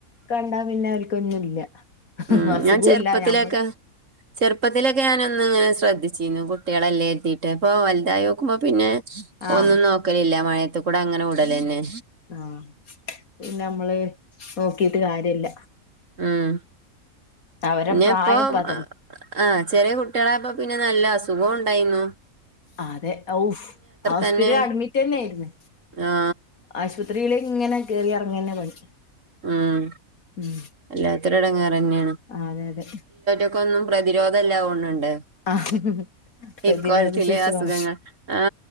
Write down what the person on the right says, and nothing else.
ഉം
ഞാൻ ചെറുപ്പത്തിലൊക്കെ
ചെറുപ്പത്തിലൊക്കെ ഞാൻ ഒന്ന് ഇങ്ങനെ ശ്രദ്ധിച്ചീന്നു കുട്ട്യാളല്ലെ എത്തീട്ട് അപ്പൊ വലുതായോക്കുമ്പോ പിന്നെ
ഒന്നും നോക്കലില്ല മയത്ത്ക്കൂടെ അങ്ങനെ വിടലെന്നേ
ഉം
പിന്നെപ്പൊ.
ആഹ് ചെറിയ കുട്ട്യാളായപ്പം പിന്നെ നല്ല അസുഖോം ഉണ്ടായിന്നു.
തന്നെ
ആ
ആഹ്
വല്ലാത്തൊരു എടങ്ങേറ് തന്നേണ്
ഇപ്പം <unintelligible> പ്രതിരോധം ഇല്ലാവണിണ്ട്.
ഇക്കോൽത്തിൽ
അസുഖങ്ങൾ
ആ